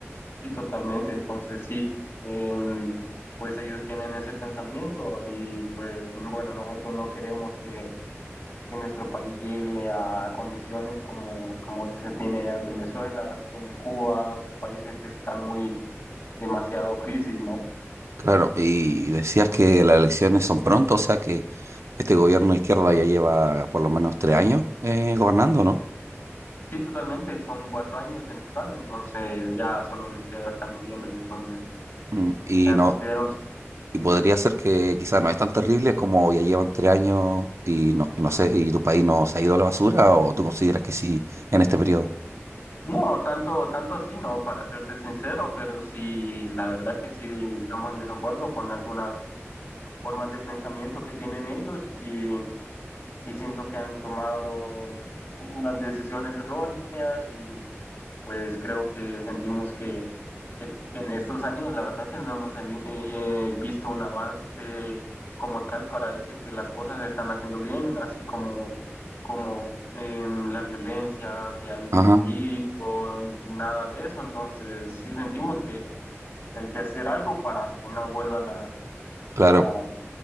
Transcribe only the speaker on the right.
Claro, y decías que las elecciones son pronto, o sea que este gobierno de izquierda ya lleva por lo menos tres años eh, gobernando, ¿no?
Mm, Y
no,
y
podría ser que quizás no es tan terrible como ya llevan tres años y no, y no sé, y tu país no se ha ido a la basura, o tú consideras que sí en este periodo.
Ajá,
claro.